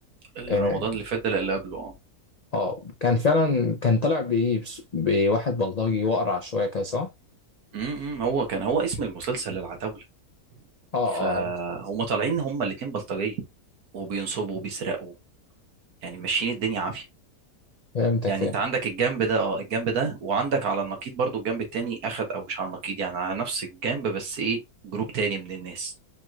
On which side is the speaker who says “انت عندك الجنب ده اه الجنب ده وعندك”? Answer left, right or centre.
Right